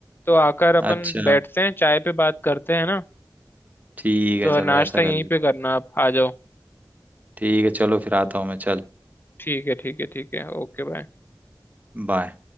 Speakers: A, on the left (about 30°); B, on the right (about 20°).
A: तो आकर अपन
B: अच्छा
A: बैठते हैं चाय पे बात करते हैं ना
B: ठीक
A: तो
B: है चलो
A: नाश्ता
B: ऐसा कर
A: यहीं
B: ले
A: पे करना आप आ जाओ
B: ठीक है चलो फिर आता हूँ मैं चल
A: ठीक है ठीक है ठीक है Okay bye
B: बाय